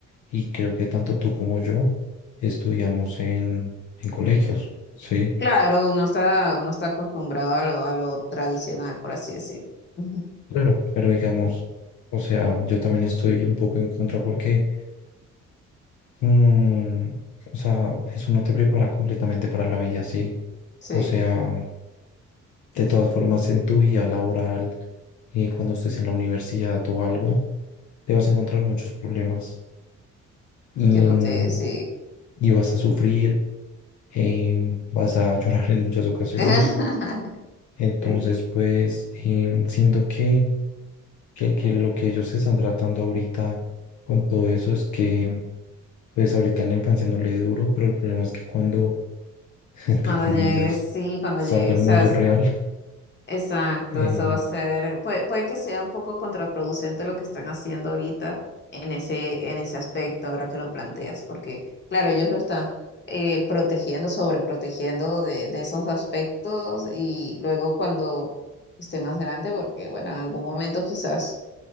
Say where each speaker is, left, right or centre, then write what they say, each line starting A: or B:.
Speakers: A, on the left; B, on the left.
A: y creo que tanto tú como yo estudiamos en, en colegios, sí,
B: claro, uno está, uno está acostumbrado a lo, a lo tradicional, por así decirlo. <laughs> Ujú.
A: claro, pero digamos, o sea, yo también estoy un poco en contra porque, mm, o sea, eso no te prepara completamente para la vida, sí,
B: Sí.
A: o sea, de todas formas en tu vida laboral, eh, cuando estés en la universidad o algo te vas a encontrar muchos problemas y,
B: que no
A: mm,
B: te, sí.
A: y vas a sufrir, em, vas a llorar en muchas ocasiones.
B: <laughs>
A: Entonces,
B: Sí.
A: pues em, siento que, que, que lo que ellos están tratando ahorita con todo eso es que, pues ahorita en la infancia no le duro, pero el problema es que cuando, <laughs> entre
B: Cuando
A: comillas,
B: llegues, sí, cuando
A: salga
B: llegues,
A: al mundo
B: a-
A: real.
B: exacto,
A: em,
B: eso va a ser, puede, puede que sea un poco contraproducente lo que están haciendo ahorita en ese, en ese aspecto, ahora que lo planteas, porque claro, ellos lo están eh, protegiendo, sobreprotegiendo de, de esos aspectos y luego cuando esté más grande, porque bueno, en algún momento quizás